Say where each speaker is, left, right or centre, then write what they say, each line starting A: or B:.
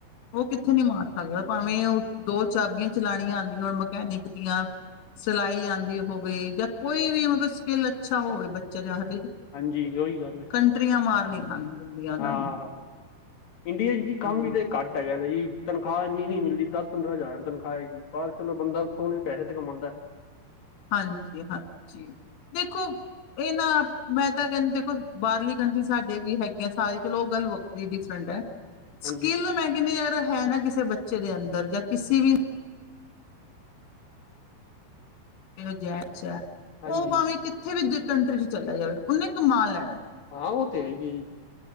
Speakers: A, on the left; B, on the left.
A: ਉਹ ਕਿੱਥੇ ਨੀ ਮਾਰ ਸਕਦਾ ਭਾਵੇਂ ਉਹ ਦੋ ਚਾਬੀਆਂ ਚਲਾਣੀਆਂ ਆਉਂਦੀਆਂ ਹੋਣ ਮਕੈਨਿਕ ਦੀਆਂ ਸਿਲਾਈ ਆਉਂਦੀ ਹੋਵੇ ਜਾਂ ਕੋਈ ਵੀ ਮਤਲਬ ਸਕਿੱਲ ਅੱਛਾ ਹੋਵੇ ਬੱਚਾ ਦੇ ਹੱਥ ਵਿੱਚ
B: ਹਾਂਜੀ ਓਹੀ ਗੱਲ
A: ਕੰਟਰੀਆਂ ਮਾਰ ਨਹੀਂ ਖਾਣ ਦਿੰਦੀਆਂ ਉਹਨਾਂ
B: ਆਹ
A: ਨੂੰ
B: ਇੰਡੀਆ ਚ ਜੀ ਕੰਮ
A: ਹਾਂਜੀ
B: ਵੀ ਤੇ ਘੱਟ ਹੈਗਾ ਨਾ ਜੀ ਤਨਖਾਹ ਇੰਨੀ ਨਹੀਂ ਮਿਲਦੀ ਦਸ ਪੰਦਰਾਂ ਹਜ਼ਾਰ ਰੁਪਏ ਤਨਖਾਹ ਹੈਗੀ ਬਾਹਰ ਚਲੋ ਬੰਦਾ ਸੋਹਣੇ ਪੈਸੇ ਤੇ ਕਮਾਦਾ
A: ਹਾਂਜੀ ਹਾਂਜੀ ਦੇਖੋ ਇਹ ਨਾ ਮੈਂ ਤਾਂ ਕਹਿੰਦੀ ਦੇਖੋ ਬਾਹਰਲੀ ਕੰਟਰੀ ਸਾਡੇ ਵੀ ਹੈਗੇ ਆ ਸਾਰੀ ਚਲੋ ਉਹ ਗੱਲ ਵੱਖਰੀ ਡਿਫਰੈਂਟ ਹੈ
B: ਹਾਂਜੀ
A: ਸਕਿੱਲ ਮੈਂ ਕਹਿੰਦੀ ਯਾਰ ਹੈ ਨਾ ਕਿਸੇ ਬੱਚੇ ਬੱਚੇ ਦੇ ਅੰਦਰ ਜਾਂ ਕਿਸੀ ਵੀ ਇਹੋ ਜਾ ਅੱਛਾ
B: ਹਾਂਜੀ
A: ਉਹ ਭਾਵੇਂ ਕਿੱਥੇ ਵੀ ਕੰਟਰੀ ਚ ਚੱਲਿਆ ਜਾਵੇ ਉਹਨੇ ਕਮਾ ਲੈਣਾ
B: ਹਾਂ ਉਹ ਤੇ ਹੈਈ ਐ ਜੀ